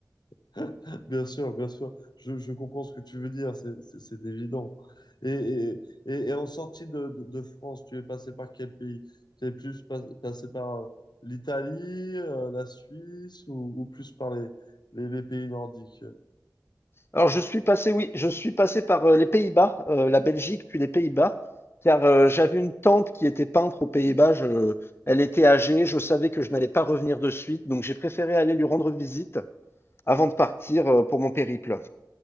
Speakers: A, on the left (about 75°); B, on the left (about 35°).
A: <laughs> Bien sûr, bien sûr, je, je comprends ce que tu veux dire, c'est c'est- c'est évident. Et, et, et, et en sortie de, de, de France, tu es passé par quel pays? Tu es plus pas- passé par l'Italie, euh, la Suisse ou, ou plus par les, les, les pays nordiques?
B: Alors, je suis passé, oui, je suis passé par euh, les Pays-Bas, euh, la Belgique, puis les Pays-Bas, car euh, j'avais une tante qui était peintre aux Pays-Bas. Je- elle était âgée, je savais que je n'allais pas revenir de suite, donc j'ai préféré aller lui rendre visite avant de partir euh, pour mon périple.